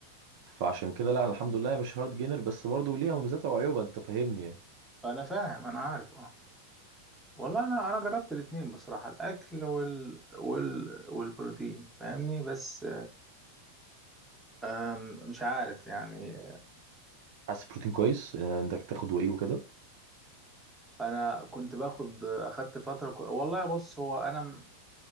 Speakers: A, on the right; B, in the centre.
A: فعشان كده لا الحمد لله مش هارد جينر بس برضو ليها مميزاتها وعيوبها انت فاهمني يعني
B: انا فاهم انا عارف اه والله انا انا جربت الاتنين بصراحة الاكل وال وال والبروتين فاهمني بس آم، مش عارف يعني
A: حاسس بروتين كويس آه، انك تاخده ايه وكده
B: انا كنت باخد اخدت فترة كو... والله بص هو انا م-